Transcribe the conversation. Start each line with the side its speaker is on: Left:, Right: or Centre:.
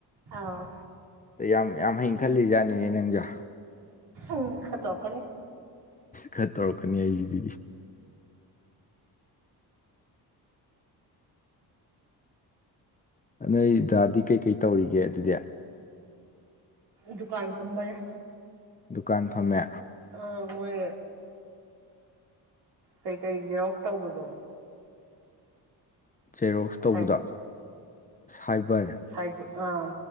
Right: ꯑꯥꯎ
Left: ꯑꯗꯣ ꯌꯥꯝ ꯍꯩ ꯈꯜꯂꯤꯖꯥꯠꯅꯦ ꯅꯪꯖꯨ
Right: ꯎ ꯈꯠꯇꯧꯀꯅꯤ
Left: ꯈꯔ ꯇꯧꯔꯛꯀꯅꯤ ꯍꯥꯏꯁꯤꯗꯤ ꯅ ꯅꯩ ꯗꯥ ꯗꯤ ꯀꯩꯀꯩ ꯇꯧꯔꯤꯒꯦ ꯑꯗꯨꯗꯤ
Right: ꯗꯨꯀꯥꯟ ꯐꯝꯕꯅꯦ
Left: ꯗꯨꯀꯥꯟ ꯐꯝꯃꯦ
Right: ꯑ ꯃꯣꯏ ꯀꯩ ꯀꯩ ꯖꯦꯔꯣꯛꯁ ꯇꯧꯕꯗꯣ
Left: ꯖꯦꯔꯣꯛꯁ ꯇꯧꯕꯗꯣ
Right: ꯁꯥꯏ
Left: ꯁꯥꯏꯕꯔ
Right: ꯍꯥꯏꯕ ꯑꯥ